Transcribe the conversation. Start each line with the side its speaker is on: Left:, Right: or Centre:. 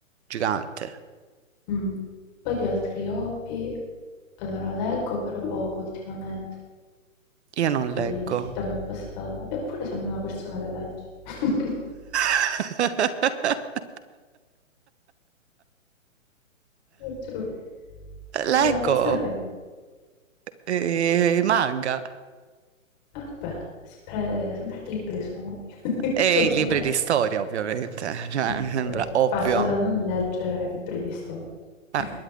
Right: Gigante.
Left: mm, poi di altri hobby. Allora leggo però poco ultimamente,
Right: Io non
Left: perché
Right: leggo.
Left: con l'università mi è passata... Eppure sembra una persona che legge. <laughs>
Right: <laughs>
Left: Lo giuro. Sembra
Right: Leggo
Left: una persona che legge.
Right: eh, i manga.
Left: Eh, Vabbè, sempre, sempre libri sono, <laughs>
Right: E
Left: sono
Right: i
Left: fumetti.
Right: libri di storia, ovviamente, cioè,
Left: Eh,
Right: mi
Left: Perché
Right: sembra
Left: sì,
Right: ovvio.
Left: passo da non leggere ai libri di storia.
Right: Eh.
Left: <laughs>